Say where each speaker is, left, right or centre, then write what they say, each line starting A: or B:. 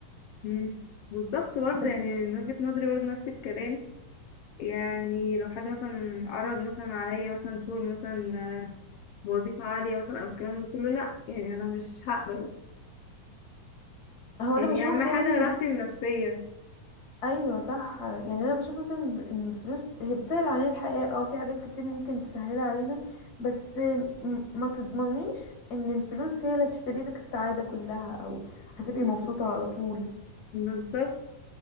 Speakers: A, on the left; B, on the left.
A: مم. بالظبط برضه
B: بس
A: يعني من وجهة نظري برضه نفس الكلام يعني لو حد مثلا عرض مثلا عليا مثلا شغل مثلا آه، بوظيفة عالية مثلا أو الكلام ده كله لأ يعني أنا مش هقبل
B: هو
A: يعني
B: انا بشوف
A: أهم حاجة
B: يعني
A: راحتي النفسية
B: ايوه صح يعني انا بشوف مثلا ان الفلوس هي بتسهل علينا الحياه اه في حاجات كتير ممكن تسهلها علينا بس م- ما تضمنيش ان الفلوس هي اللي هتشتري لك السعاده كلها او هتبقي مبسوطه على طول
A: بالظبط